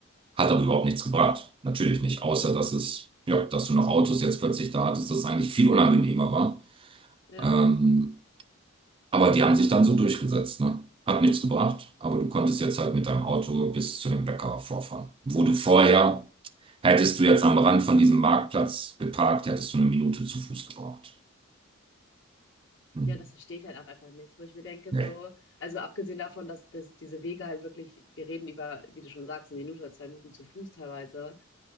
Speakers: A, on the right; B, on the left.
A: Hat aber überhaupt nichts gebracht. Natürlich nicht, außer dass es, ja, dass du noch Autos jetzt plötzlich da hattest, das eigentlich viel unangenehmer war.
B: ja.
A: Ähm, aber die haben sich dann so durchgesetzt, ne? Hat nichts gebracht, aber du konntest jetzt halt mit deinem Auto bis zu dem Bäcker vorfahren. Wo du vorher, hättest du jetzt am Rand von diesem Marktplatz geparkt, hättest du eine Minute zu Fuß gebraucht. Hm.
B: Ja, das verstehe ich halt auch einfach nicht, wo ich mir denke,
A: Nee.
B: so, also abgesehen davon, dass, dass diese Wege halt wirklich, wir reden über, wie du schon sagst, eine Minute oder zwei Minuten zu Fuß teilweise,